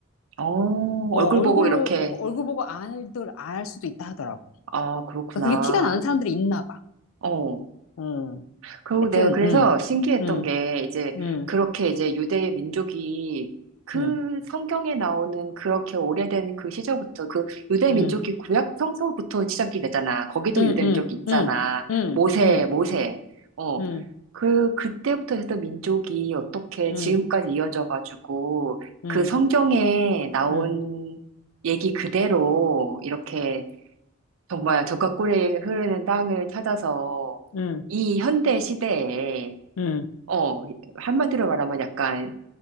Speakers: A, on the right (about 80°); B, on the left (about 80°).
A: 어,
B: 어,
A: 얼굴
B: 얼굴로,
A: 보고 이렇게.
B: 어, 얼굴 보고 알들, 알 수도 있다 하더라고.
A: 아, 그렇구나.
B: 그러니까 그게 티가 나는 사람들이 있나 봐.
A: 어,
B: 어,
A: 그리고
B: 하여튼,
A: 내가 그래서
B: 음,
A: 신기했던
B: 음,
A: 게 이제
B: 음,
A: 그렇게 이제 유대의 민족이 그
B: 음,
A: 성경에 나오는 그렇게 오래된 그 시절부터 그 유대
B: 음,
A: 민족이 구약 성서부터 시작이 되잖아. 거기도
B: 음,
A: 유대
B: 음,
A: 민족이 있잖아.
B: 음,
A: 모세,
B: 음,
A: 모세. 어.
B: 음, 음,
A: 그 그때부터 했던 민족이 어떻게
B: 음,
A: 지금까지 이어져 가지고
B: 음,
A: 그 성경에 나온
B: 음, 음,
A: 얘기 그대로 이렇게 정말 적과 꿀이 흐르는 땅을 찾아서
B: 음,
A: 이 현대 시대에,
B: 음,
A: 어, 한마디로 말하면 약간